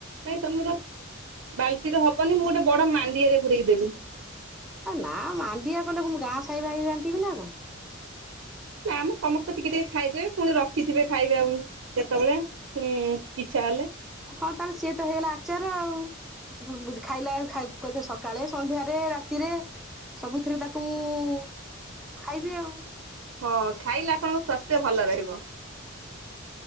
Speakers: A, on the right; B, in the centre.
A: ନାଇଁ ତମର ବାଲ ଟି ତ ହବନି ମୁଁ ଗୋଟେ ବଡ ମାଣ୍ଡିଆରେ ପୁରେଇକି ଦେବି।
B: ନା ମାଣ୍ଡିଆ ଗାଁ ସାାଇ ଭାଇଙ୍କୁ ବାଣ୍ଟିବି ନା କଣ?
A: ନା ଆମେ ସମସ୍ତେ ଟିକେ ଟିକେ ଖାଇଦେବେ, ପୁଣି ରଖିଥିବେ ଖାଇବେ ବେଳକୁ କେତେବେଳେ ପୁଣି ଇଚ୍ଛା କଲେ।
B: ହଁ ତାହେଲେ ସିଏ ତ ହେଇଗଲା ଆଚାର ଆଉ ଖାଇଲା ବ ସକାଳେ ସନ୍ଧ୍ୟାରେ ରାତିରେ ସବୁଥିରେ ତାକୁ ମୁଁ ଖାଇବି ଆଉ।
A: ହଁ ଖାଇଲେ ଆପଣଙ୍କ ସ୍ୱାସ୍ଥ୍ୟ ଭଲ ରହିବ।